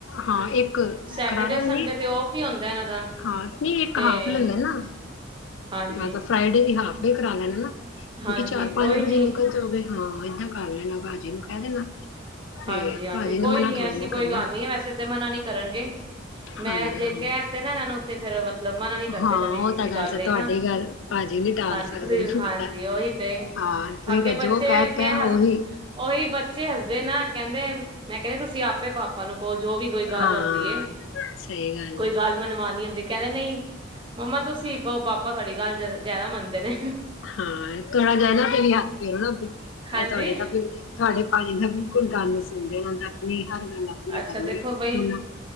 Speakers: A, on the left; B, on the right.
A: ਹਾਂ ਇੱਕ
B: ਸੈਟਰਡੇ
A: ਕਰਾ ਲੈਣੇ
B: ਸੰਡੇ ਤੇ ਆਫ ਹੀ ਹੁੰਦਾ ਇਹਨਾਂ ਦਾ
A: ਹਾਂ ਨਹੀਂ ਇੱਕ
B: ਤੇ
A: ਹਾਫ ਲੈ ਲੈਣਾ
B: ਹਾਂਜੀ,
A: ਮਤਲਬ ਫਰਾਈਡੇ ਦੀ ਹਾਫ ਡੇ ਹੈ। ਕਰਾ ਲੈਣਾ ਨਾ ਕਿਉਂਕਿ
B: ਹਾਂਜੀ
A: ਚਾਰ ਪੰਜ
B: ਕੋਈ ਨੀ
A: ਵਜੇ ਨਿਕਲ ਜਾਓਗੇ। ਹਾਂ ਏਦਾਂ ਕਰ ਲੈਣਾ ਭਾਜੀ ਨੂੰ ਕਹਿ ਦੇਣਾ, ਤੇ
B: ਹਾਂਜੀ- ਹਾਂਜੀ
A: ਭਾਜੀ ਨੇ
B: ਕੋਈ
A: ਮਨਾ
B: ਨੀ
A: ਥੋੜ੍ਹੀ
B: ਐਸੀ
A: ਨਾ
B: ਕੋਈ
A: ਕਰਨਾ
B: ਗੱਲ
A: ਹੈ।
B: ਨੀ ਵੈਸੇ ਤੇ ਮਨਾ ਨੀ ਕਰਨਗੇ ਮੈਂ
A: ਹਾਂਜੀ
B: ਜੇ
A: ਹਾਂਜੀ
B: ਕਹਿ ਤੇ ਨਾ ਇਹਨਾਂ ਨੂੰ, ਤੇ ਫੇਰ। ਮਤਲਵ ਮਨਾ ਨੀ ਕਰਦੇ,
A: ਹਾਂ
B: ਕਦੇ
A: ਉਹ
B: ਵੀ ਕਿਸੇ
A: ਤਾਂ
B: ਗੱਲ
A: ਸ
B: ਲਈ
A: ਤੁਹਾਡੀ
B: ਨਾ
A: ਗੱਲ ਭਾਜੀ ਨਹੀਂ ਟਾਲ
B: ਹਾਂਜੀ
A: ਸਕਦੇ
B: ਤੁਸੀਂ
A: ਮੈਨੂੰ
B: ਹਾਂਜੀ
A: ਪਤਾ ਹੈ।
B: ਓਹੀ ਤੇ
A: ਹਾਂ ਤੁਸੀਂ
B: ਅੱਗੇ
A: ਤਾਂ
B: ਬੱਚੇ
A: ਜੋ ਕਹਿ
B: ਕ
A: ਤਾ ਉਹੀ
B: ਹੱਸ ਉਹੀ ਬੱਚੇ ਹੱਸਦੇ ਨਾ। ਮੈਂ ਕਿਹਾ ਤੁਸੀਂ ਆਪੇ ਪਾਪਾ ਨੂੰ ਜੋ ਵੀ ਕੋਈ ਗੱਲ
A: ਹਾਂ
B: ਹੁੰਦੀ,
A: ਸਹੀ
B: ਕੋਈ
A: ਹੈ
B: ਗੱਲ ਮਨਵਾਣੀ ਹੁੰਦੀ ਕਹਿੰਦੇ ਨਹੀਂ ਮੰਮਾ ਤੁਸੀ ਹੀ ਕਹੋ ਪਾਪਾ ਨੂੰ ਪਾਪਾ ਦੀ ਗੱਲ ਜ਼ਿਆਦਾ ਮੰਨਦੇ ਨੇ,
A: ਹਾਂ ਥੋੜਾ ਜਿਹਾ ਇਹਨਾਂ ਤੇ ਵੀ ਹੱਥ ਫੇਰੋ ਨਾ ਫੇਰ
B: ਹਾਂਜੀ
A: ਮੈਂ ਤੁਹਾਡੇ ਤਾਂ ਤੁਹਾਡੇ ਭਾਜੀ ਤਾਂ ਬਿਲਕੁਲ ਗੱਲ ਨੀ ਸੁਣਦੇ ਨਦੇ ਆਪਣੀ ਹਰ ਗੱਲ, ਆਪਣੀ
B: ਅੱਛਾ
A: ਕਰਨੀ
B: ਦੇਖੋ ਬਈ
A: ਹੁਣ-